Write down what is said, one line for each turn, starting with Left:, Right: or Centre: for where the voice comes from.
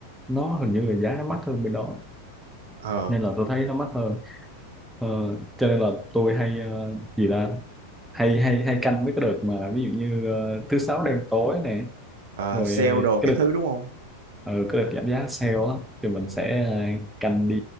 Centre: nó hình như là giá nó mắc hơn bên đó
Right: ờ,
Centre: nên là tôi thấy nó mắc hơn Ờ, cho nên là tôi hay ờ, gì ta hay hay hay canh với cái đợt mà ví dụ như ờ, thứ sáu đen tối này
Right: ờ,
Centre: rồi
Right: sale
Centre: ờ,
Right: đồ các
Centre: cái đợt
Right: thứ đúng không?
Centre: ờ, cái đợt giảm giá sale á thì mình
Right: Ừ.
Centre: sẽ ờ, canh đi